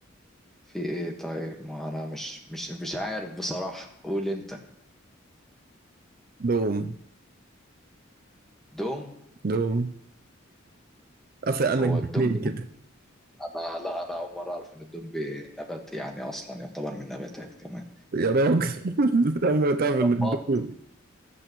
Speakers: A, in the centre; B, on the right.
A: في ايه طيب ما انا مش مش مش عارف بصراحة قول انت
B: دوم
A: دوم
B: دوم افي انا
A: هو
B: جبتين
A: الدوم بي-
B: كده
A: انا لا انا اول مره اعرف ان الدوم بي نبات يعني اصلا يعتبر من النباتات كمان
B: يا راجل <laughs> لما تعمل
A: والله
B: الدوم